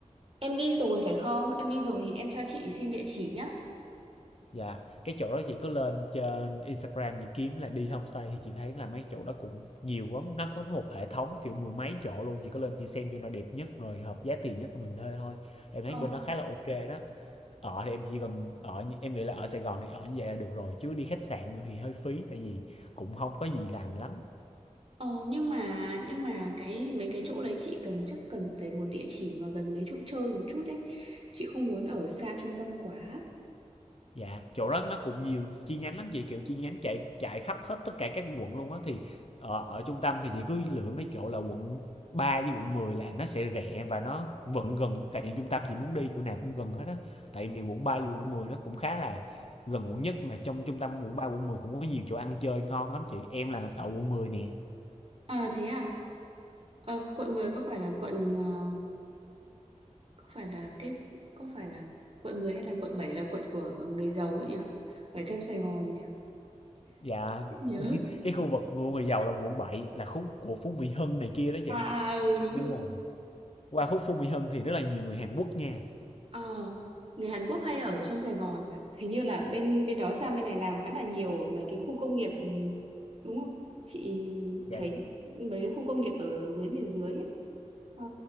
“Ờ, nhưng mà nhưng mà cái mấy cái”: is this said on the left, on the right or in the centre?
Right